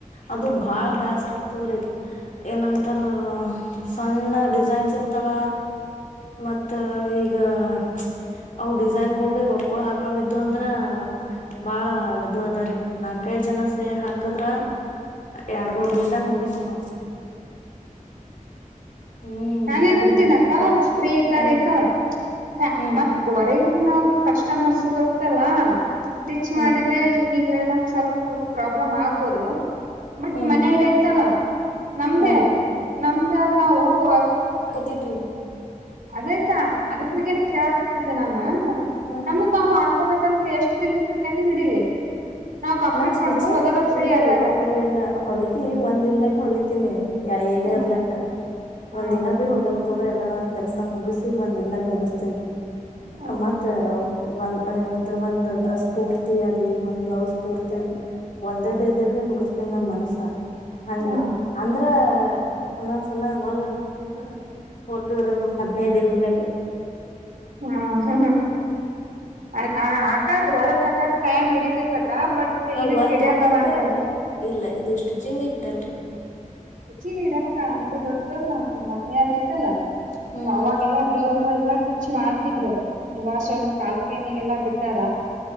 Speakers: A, on the left; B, on the right.
A: ಅದು ಬಾಳ್ ಬ್ಯಾಸ್ ತ್ರಗ್ತದ್ರಿ. ಏನಂತರ್ ಆ. ಸಣ್ಣ ಡಿಸೈನ್ಸ್ ಇರ್ತಾವ. ಮತ್ತ. ಈಗ ವ್ಚ್ ಅವ್ ಡಿಸೈನ್ ಕೊಡ್ಬೇ ಒಕ್ಕ ಹಾ ಪಕ್ಕವಿದ್ದು ಅಂದ್ರ ಬಾಳ ಇದು ಅದಾರಿ ನಾಕೈದ್ ಜನ ಸೇರ್ ಹಾಕದ್ರ ಎರಡ್ ಮೂರ್ ದಿನ್ದಾಗ್ ಮುಗಿತದ್ ನೋಡ್. ಹ್ಮ್
B: ನಾನೇ
A: ಅದು
B: ನನ್ತಿನಕ್ಕ ಫ್ರೀ ಇದ್ದಾಗ್
A: ಹಾ
B: ಆಯ್ತಾ.
A: ರೀ
B: ಹ
A: ಹ್ಮ್
B: ಮತ್ ಹೊರೆ ಇನ್ ಅವ್ರು ಕಸ್ಟಮರ್ಸ್ ಗೈತಲ್ಲ ಟಿಚ್
A: ಹಾ
B: ಮಾಡಿದ್ರೆ
A: ರೀ
B: ನೀನ್ ಹೇಳ್ದಂಗ್ ಸ್ವಲ್ಪ ಪ್ರಾಬ್ಲಮ್ ಆಗ್ಬೋದು. ಬಟ್
A: ಹ್ಮ್
B: ಮನೆಲ್ ಐತಲ್ಲಾ ನಮ್ದೆ
A: ಹಾ ರೀ
B: ನಮ್ದ ಆದ್ ನಾವೂ ಐ
A: ತಿನ್ರಿ
B: ಅದೇ ಅದ್ರು ಬಗ್ಗೆನೆ ಕೇಳತ ತಿದ್ದೆ ನಾನು ಹ
A: ಹ್ಮ್ ಹ್ಮ್
B: ನಮಗ್ ನಾವ್ ಮಾಡ್ ಕೋಬೇಕಂದ್ರೆ ಎಷ್ಟು ದಿನ ಆದ್ರೂ ಟೈಮ್ ಹಿಡಿಲಿ. ನಾವ್ ಕಂಪ್ಲೀಟ್
A: ನಾಸ್
B: ಮಾಡ್ಕೋಬೋದಲ್ಲ
A: ಪಿಚಿ
B: ಫ್ರೀ
A: ಇಲ್ರಿ
B: ಆದಾಗ
A: ಇಲ್ಲಿಲ್ಲ ಹೊಲ್ಗಿ ಒಂದ್ ದಿನದಾಗ ಹೊಲಿತೀನಿ ಏನೇ
B: ಹಾ
A: ಇರ್ಲಕ್ಕ
B: ಹಾ
A: ಒಂದ್ ದಿನ ಭೀ ಹೋಗಲ್ಲ. ಪೂರ ಎಲ್ಲಾ ನಾನ್ ಕೆಲ್ಸ ಮುಗಿಸಿ ಒಂದ್ ದಿನದಾಗ ಮುಗಿಸ್ತೀನಿ
B: ಹ್ಮ್
A: ಮತ್ತ ಒಂದ ಏನಂತ್ರ್ ಒಂದ್ ಡ್ರೆಸ್ ಪೂರ್ತಿ ಆಗ್ಲಿ ಒಂದ್ ಬ್ಲೌಸ್ ಪೂರ್ತಿ ಆಗ್ಲಿ. ಒಂದ ಡೇದಗ ಮುಗುಸ್ ತಿನ್ನ ಮನಸ್ಸ. ಹಂಗ್
B: ಹ್ಮ್
A: ಅಂದ್ರ. ಒಂದೊಂದ್ಸಲ ಮಲ್ ಅಂದ್ರ ಓತದ್ರ ಅದು ಹದ್ನೈದ್ ಲೆಟ್ರ.
B: ಹಾ ಹಾ ಹ ಹ್ಮ. ಅಯ್ ಯ್ ಆಕ ಹೊರಕ್ ಆಕ. ಟಯ ಮಿಡಿತತ್ ಬಟ್
A: ನಾವ್
B: ಇದು ಕಿಡ್ಯಲ್ಲಲ್ಲ
A: ಹಾಕಾಕ
B: ಅಂದೇನ್.
A: ಇಲ್ಲ ಇದು ಸ್ಟಿಚಿಂಗಿಗ್ ಇಡಲ್ರಿ.
B: ರುಚಿ ಇಡಲಕ್ಕ ನನ್ಗೂ ಗೊತ್ತು ನಮ್ ಮಮ್ಮಿ ಯಾರಯ್ತಲ್ಲ
A: ಹ್ಮ್
B: ಅವಾಗೆಲ್ಲಾ
A: ಹ್ಮ್
B: ಬ್ಲೌಸ್ ಗಳು ಎಲ್ಲಾ ಸ್ಟಿಚ್ ಮಾಡ್ತಿದ್ರು. ಇವಾಗ್ ಸ್ವಲ್ಪ್
A: ಹ್ಮ್
B: ಕಾಲ್ಪೆನಿಗೆಲ್ಲ. ಬಿಟ್ಟಾರ